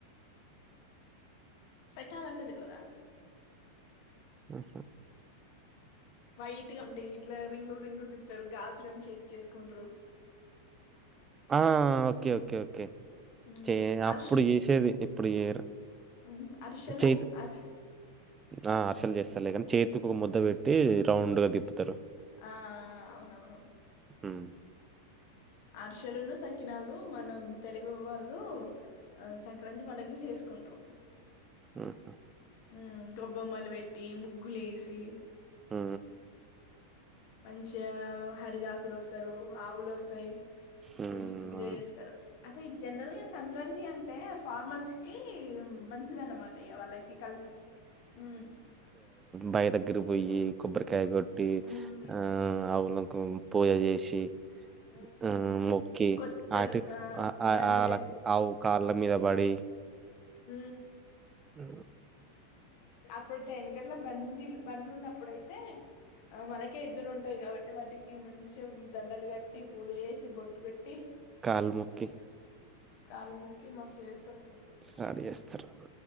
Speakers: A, on the left; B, on the right.
A: సకినాల్ అంటే తెల్వద.
B: హ.
A: వైట్ గా ఉండి ఇట్లా రింగులు రింగులు తిప్తారు గాజులు అని చేతికి వేసుకుంటారు.
B: ఆ ఓకే ఓకే ఓకే
A: మ్మ్
B: చే అప్పుడు
A: అరిసె
B: చేసేది. ఇప్పుడు చేయరు.
A: మ్మ్ అరిసెలు
B: చే
A: అరి
B: ఆహా. పలు చేస్తారు లేకని చేతికి ఒక ముద్ద పెట్టి రౌండ్ గా తిపుతారు
A: ఆ అవునవును
B: మ్
A: అర్షలులను సకినాలు మనం తెలుగు వాళ్ళు ఆ సంక్రాంతి పండుగలు చేసుకుంటారు
B: ఆహా
A: ఉ గొబ్బమ్మలు పెట్టి ముగ్గులు వేసి
B: హ
A: మంచిగా హరిదాసులు వస్తారు ఆవులు వస్తాయి
B: మ్
A: మంచి పూజ
B: అవును
A: చేస్తారు అదే జనరల్ గా సంక్రాంతి అంటే ఫార్మల్స్ కి మంచి మంచిద అన్నమాట అయ్యా వాళ్ళకి కలిసి హ్మ్. హ్మ్.
B: భయదగ్గర పోయి కొబ్బర్కాయగట్ టి
A: హ్మ్.
B: ఆ అవుళ పూజ చేసి
A: హ్మ్.
B: ఆ మొకి
A: కొత్త
B: అటి
A: ఆహ్,
B: వాళ
A: బండ్లు
B: ఆవు కాళ్ళ మీద పడి
A: హ
B: అ
A: అప్పుడు వెనకట్ల బండి బండ్లు ఉన్నప్పుడుయితే ఆ మనకే ఎదులు ఉంటాయి కాబట్టి వాటికి మంచి దండలు కట్టి పూజ చేసి బొట్టు పెట్టి
B: కాల్ముఖి
A: కాల్ముఖి మస్తు చేస్తారు అసల్కి
B: స్టార్ట్ చేస్తరు